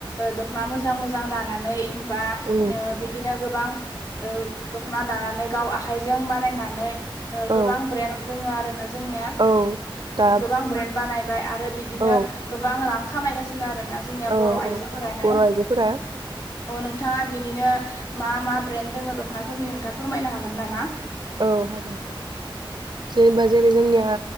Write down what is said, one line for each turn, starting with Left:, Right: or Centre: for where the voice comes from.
Left: दख'ना मोजां मोजां दानानै बा
Right: उम
Left: बिदिनो गोबां ओ दख'ना दानानै गाव आखाइजों बानायनानै
Right: औ
Left: गोबां ब्रेन दङ आरो जोंनिया
Right: औ दा
Left: गोबां ब्रे बानायबाय आरो बिदिनो
Right: औ
Left: गोबां रां खामायगासिनो आरो आरोना जोंनिया
Right: औ
Left: बर' आइजोफोरानो
Right: औ बर'
Left: नों
Right: आइजोफोरा
Left: अ नों- नोंथाङा बेनिनो मा मा ब्रेन्ड दोङ दख'नाफोरनि नोंथाङा फोरमायनो हागोन नामा
Right: औ हागोन जेनेबा जेरै जोंनिया